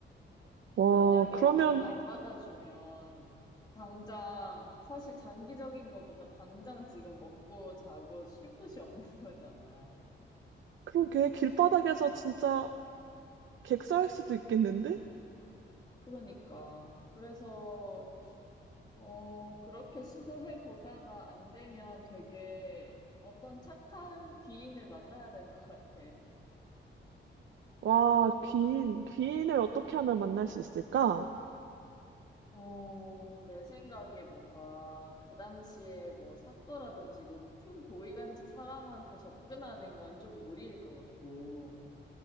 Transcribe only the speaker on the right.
와,
그러면,
그러게, 길바닥에서 진짜 객사할 수도 있겠는데?
와, 귀인, 귀인을 어떻게 하면 만날 수 있을까?